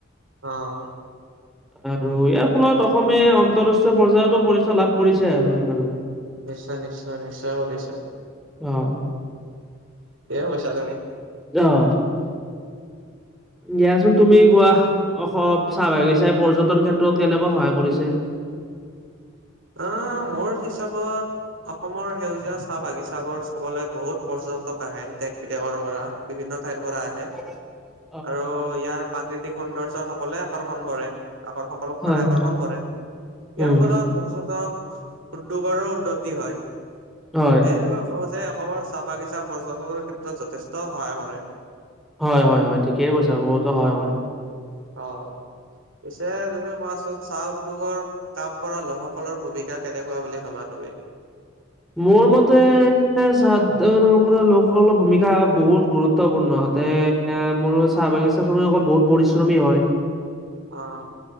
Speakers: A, on the right; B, in the centre.
A: অঁ
B: আৰু ইয়াৰ ফলত অসমে আন্তৰাষ্ট্ৰীয় পৰ্যয়ায়তো পৰিচয় লাভ কৰিছে আৰু সেইকাৰণে।
A: নিশ্চয় নিশ্চয় নিশ্চয় নিশ্চয়।
B: অঁ
A: ঠিকেই কৈছা তুমি।
B: অঁ দিয়াচোন তুমি কোৱা অসম চাহ বাগিচাই পৰ্যটন ক্ষেত্ৰত কেনেকৈ সহায় কৰিছে।
A: অঁ মোৰ হিচাপত। অসমৰ সেউজীয়া চাহ বাগিচাবোৰ চাবলৈ বহুত পৰ্যটক আহে। দেশ বিদেশৰ পৰা। বিভিন্ন ঠাইৰ পৰা আহে।
B: <inaudible>
A: আৰু ইয়াৰ প্ৰাকৃতিক সৌন্দৰ্য সকলোৱে আকৰ্ষণ কৰে। আকৰ্ষক- সকলক
B: হয়
A: মানে আকৰ্ষণ কৰে, ইয়াৰ
B: উম
A: ফলত পৰ্যটক উদ্যোগৰো উন্নতি হয়।
B: হয়।
A: এই মই কওঁ যে এ অসমৰ চাহ বাগিচা পৰ্যটনৰ ক্ষেত্ৰত যথেষ্ট সহায় কৰে।
B: হয় হয় হয় ঠিকেই কৈছা বহুতো সহায় কৰে।
A: অঁ, পিছে তুমি কোৱাচুন চাহ উদ্যোগৰ- কাম কৰা লোকসকলৰ ভূমিকা কেনেকুৱা বুলি ভাবা তুমি?
B: মোৰ মতে- চাদ কৰা লোকসকলৰ ভূমিকা বহুত গুৰুত্বপূৰ্ণ হতে- এ মোৰো চাহ বাগিচাৰ শ্ৰমিক সকল বহুত পৰিশ্ৰমী হয়।
A: অঁ